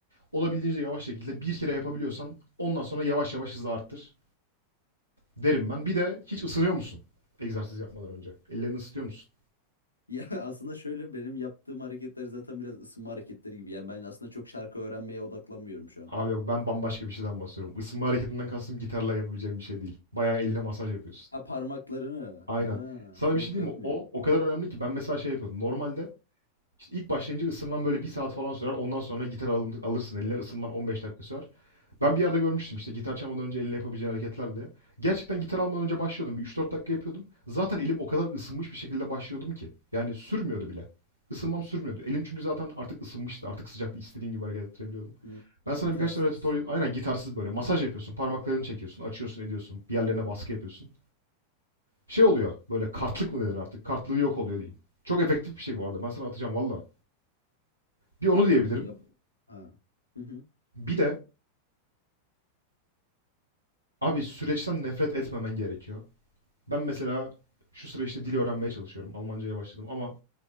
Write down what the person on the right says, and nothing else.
olabildiğince yavaş şekilde bir kere yapabiliyorsan ondan sonra yavaş yavaş hızı arttır derim ben. Bir de hiç ısınıyor musun? Egzersiz yapmadan önce. Ellerini ısıtıyor musun?
Abi yok ben bambaşka bir şeyden bahsediyorum. Isınma hareketinden kastım gitarla yapabileceğim bir şey değil. Bayağı eline masaj yapıyorsun.
Aynen.
Sana
bir şey diyeyim
mi? O o kadar önemli ki ben mesela şey yapıyordum. Normalde işte ilk başlayınca ısınman böyle bir saat falan sürer. Ondan sonra gitar alın- alırsın eline ısınman 15 dakika sürer. Ben bir yerde görmüştüm işte gitar çalmadan önce eline yapabileceğin hareketler diye. Gerçekten gitar almadan önce başlıyordum. Bir 3-4 dakika yapıyordum. Zaten elim o kadar ısınmış bir şekilde başlıyordum ki. Yani sürmüyordu bile. Isınmam sürmüyordu. Elim çünkü zaten artık ısınmıştı. Artık sıcaktı. İstediğim gibi hareket ettirebiliyordum.
Ben sana
birkaç tane tutorial... Aynen gitarsız böyle. Masaj yapıyorsun. Parmaklarını çekiyorsun. Açıyorsun ediyorsun. Bir yerlerine baskı yapıyorsun şey oluyor. Böyle kartlık mı denir artık? Kartlığı yok oluyor diyeyim. Çok efektif bir şey bu arada. Ben sana atacağım valla. Bir onu diyebilirim.
Bir de abi süreçten nefret etmemen gerekiyor. Ben mesela şu sıra işte dil öğrenmeye çalışıyorum. Almancaya başladım ama